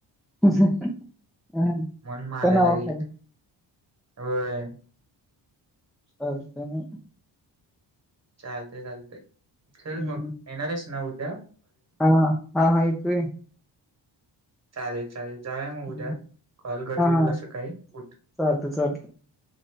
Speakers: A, in the centre; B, on the right.
A: <unintelligible> ह
B: म्हणून मारायला
A: त्यां
B: लागली
A: खाली
B: होय
A: चालतय
B: चालते चालते
A: हम्म
B: खल मग येणारच न उद
A: हा हा हायेतय
B: चालेल चालेल जावे मग
A: हम्म.
B: उद्या कॉल करते
A: हा हा
B: तुला सकाळी उठ
A: चालतंय चालतंय